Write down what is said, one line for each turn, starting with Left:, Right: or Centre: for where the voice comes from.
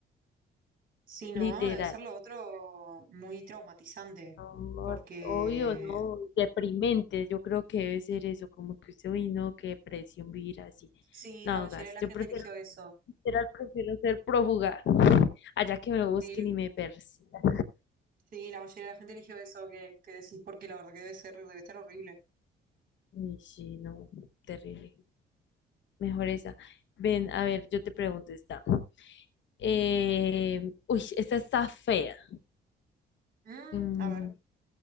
Right: Sí, no,
Left: literal.
Right: debe ser lo otro muy traumatizante,
Left: No,
Right: porque
Left: obvio, no, deprimente, yo creo que debe ser eso, como que usted, uy, no, qué depresión vivir así.
Right: sí,
Left: No,
Right: la mayoría
Left: gas,
Right: de la
Left: yo
Right: gente
Left: prefiero,
Right: eligió eso.
Left: literal, prefiero ser prófuga, allá que me lo busquen
Right: Sí,
Left: y me persigan.
Right: sí, la mayoría de la gente eligió eso que, que decís, porque la verdad que debe ser, debe estar horrible.
Left: Y sí, no, terrible, mejor esa. Ven, a ver, yo te pregunto esta. Eh, uy, esta está fea.
Right: Mm,
Left: Mm,
Right: a ver.